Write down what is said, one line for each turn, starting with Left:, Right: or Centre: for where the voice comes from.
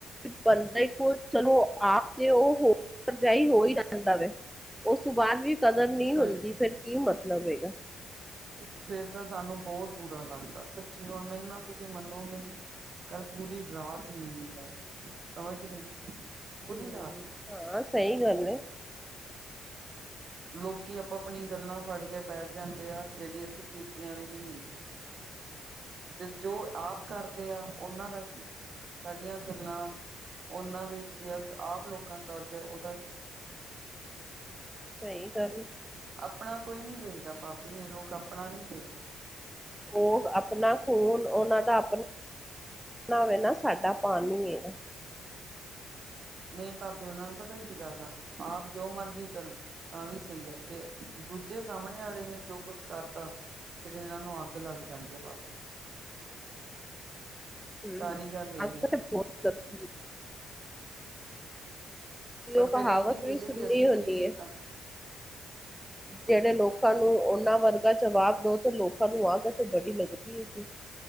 Centre: ਬੰਦੇ ਕੋਲ, ਚਲੋ ਆਪ 'ਤੇ ਉਹ, ਭਰਜਾਈ ਹੋਈ ਜਾਂਦਾ ਵੇ। ਉਸ ਤੋਂ ਬਾਅਦ ਵੀ ਕਦਰ ਨੀ
Right: ਸਹੀ
Centre: ਹੁੰਦੀ, ਫਿਰ ਕੀ ਮਤਲਬ ਹੈਗਾ।
Right: ਫੇਰ ਤਾਂ ਸਾਨੂੰ ਬਹੁਤ ਬੁਰਾ ਲੱਗਦਾ, ਸੱਚੀ ਹੁਣ ਮੈਨੂੰ ਨਾ, ਤੁਸੀਂ ਮੰਨੋਗੇ ਨੀ। ਕੱਲ ਪੂਰੀ ਰਾਤ ਨੀਂਦ ਨੀ ਆਈ, ਸਮਝ ਗਏ,
Centre: ਹੂੰ,
Right: ਪੂਰੀ ਰਾਤ। ਨੀਂਦ
Centre: ਹਾਂ, ਸਈ ਗੱਲ ਏ।
Right: ਲੋਕੀ, ਆਪੋ ਆਪਣੀ ਗੱਲਾਂ ਫੜ ਕੇ ਬੈਠ ਜਾਂਦੇ ਆ, ਜਿਹੜੀ ਅਸੀਂ ਕੀਤੀਆਂ ਵੀ ਨੀ ਹੁੰਦੀਆਂ। 'ਤੇ ਜੋ ਆਪ ਕਰਦੇ ਆ, ਉਹਨਾਂ ਦਾ ਕੀ। ਸਾਡੀਆਂ ਗੱਲਾਂ, ਉਹਨਾਂ ਦੇ ਵਿੱਚ ਵੀ ਆਪ ਲੋਕਾਂ ਨੂੰ ਦੱਸਦੇ ਆ, ਉਹਦਾ ਕੀ।
Centre: ਸਹੀ ਗੱਲ।
Right: ਆਪਣਾ ਕੋਈ ਨੀ ਦੇਖਦਾ ਭਾਬੀ, ਇਹ ਲੋਕ ਆਪਣਾ ਨੀ ਦੇਖ।
Centre: ਉਹ ਆਪਣਾ ਖੂਨ, ਉਹਨਾਂ ਦਾ ਆਪਣਾ। ਨਾਵੇ ਨਾ ਸਾਡਾ ਪਾਨੀ ਹੈ।
Right: ਨਹੀ ਭਾਬੀ ਉਹਨਾਂ ਨੂੰ ਪਤਾ ਕੀ ਲਗਦਾ ਆਪ ਜੋ ਮਰਜ਼ੀ ਕਰਨ ਤਾਂ ਵੀ ਸਈ ਆ, ਜੇ ਦੂਜੇ ਸਾਹਮਣੇ ਵਾਲੇ ਨੇ ਜੋ ਕੁੱਝ ਕਰਤਾ ਫੇਰ ਇਹਨਾਂ ਨੂੰ ਅੱਗ ਲੱਗ ਜਾਂਦੀ ਏ ਭਾਬ
Centre: ਹੂੰ
Right: ਸਾਰੀ ਗੱਲ ਇਹ
Centre: ਅੱਜ-ਕਲ
Right: ਹੈ
Centre: 'ਤੇ ਬਹੁਤ ਜਲ ਦੀ। ਜੇ
Right: ਪਰ
Centre: ਉਹ ਕਹਾਵਤ
Right: ਫੇਰ ਇਹ ਨੀ ਦੇਖਦੇ
Centre: ਵੀ ਸੁੁੰਨੀ
Right: ਅਸੀਂ
Centre: ਹੁੰਦੀ
Right: ਕੀ ਕੀਤਾ
Centre: ਏ‌। ਜੇੜੇ ਲੋਕਾਂ ਨੂੰ ਉਹਨਾਂ ਵਰਗਾ ਜਵਾਬ ਦੋ 'ਤੇ ਲੋ ਕਦੀ ਆਗ 'ਤੇ ਬੜੀ ਲੱਗਦੀ ਏ ਫਿਰ।